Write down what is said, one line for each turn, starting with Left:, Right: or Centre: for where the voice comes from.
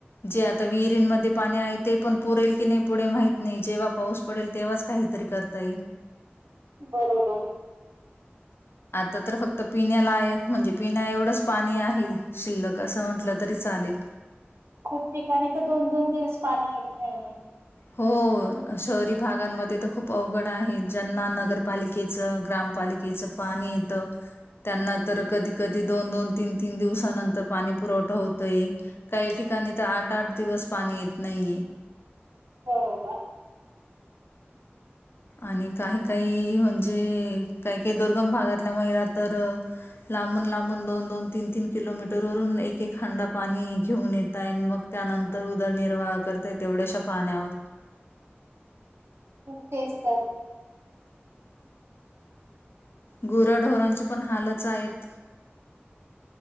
Left: जे आता विहिरींमध्ये पाणी आहे ते पण पुरेल कि नाही पुढे माहित नाही जेव्हा पाऊस पडेल तेव्हाच काहीतरी करता येईल
Right: बरोबर
Left: तर तर फक्त पिण्यालायक म्हणजे पिण्या एवढंच पाणी आहे शिल्लक असं म्हटलं तरी चालेल
Right: खूप ठिकाणी तर दोन दोन दिवस पाणी येत नाही
Left: हो शहरी भागांमध्ये तर खूप अवघड आहे ज्यांना नगरपालिकेचं ग्रामपालिके च पाणी येतं त्यांना तर कधी कधी दोन दोन तीन तीन दिवसानंतर पाणी पुरवठा होतय काही ठिकाणी तर आठ आठ दिवस पाणी येत नाही आहे
Right: हो का
Left: आणि काही काही म्हणजे काही काही दुर्गम भागातल्या महिला तर लांबून लांबून दोन दोन तीन तीन किलोमीटर वरून एक एक खंडा पाणी घेऊन येतय मग त्यानंतर उदरनिर्वाह करताय तेवढ्याशा पाण्यावर
Right: खूप टेस्ट आहे.
Left: गोऱ्याढोरांचे पण हालच आहेत